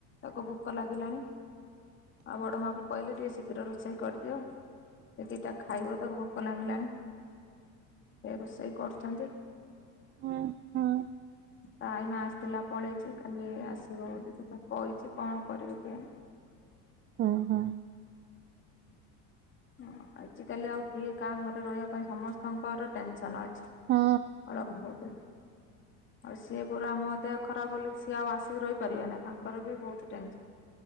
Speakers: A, on the left; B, on the right.
A: ତାକୁ ଭୋକ ଲାଗିଲାଣି। ଆଉ ବଡ଼ ମାଆଙ୍କୁ କହିଲି ଟିକେ ଶୀଘ୍ର ରୋଷେଇ କରିଦିଅ। ସେ ଦିଟା ଖାଇବ ତାକୁ ଭୋକ ଲାଗିଲାନି। ସେ ରୋଷେଇ କରୁଛନ୍ତି।
B: ହୁଁ ହୁଁ
A: ତା ଆଇମା ଆସିଥିଲା ପଳେଇଛି। କାଲି ଆସିବ ବୋଲି କହିଛି। କଣ କରିବି କି ଜାଣି
B: ହୁଁ ହୁଁ।
A: ହଁ, ଆଜିକାଲି ଆଉ କିଏ କାହା ଘରେ ରହିବା ପାଇଁ ସମସ୍ତଙ୍କର ଟେନସନ୍ ଅଛି।
B: ହୁଁ।
A: ଆ <inaudible> ଆଉ ସିଏ ପୁରା ମୋ ଦେହ ଖରାପ ବୋଲି, ସିଏ ଆଉ ଆସିକି ରହିପାରିବେ ନା। ତାଙ୍କର ବି ବହୁତ ଟେନସନ।